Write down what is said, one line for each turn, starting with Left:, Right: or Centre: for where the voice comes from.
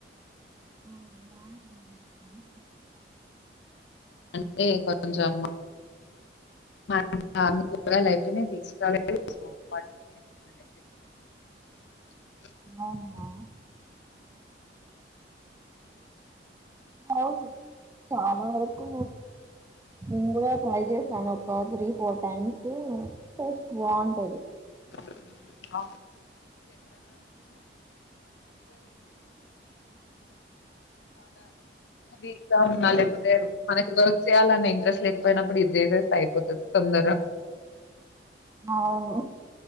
Right: ఓ <unintelligible> హు
Left: అంటే కొంచం <unintelligible>
Right: అవునా అవు చాలవరకు ముందుగా కాల్ చేసిన ఆమె ఒక త్రీ ఫోర్ టైమ్స్ టేస్ట్ బాగుంటది
Left: <inaudible> వీక్ గా ఉన్న లేపోతే మనకి చేయాలన్నా ఇంట్రెస్ట్ లేకపోయినప్పుడు ఇది చేసేస్తే అయిపోతది తొందర
Right: అవును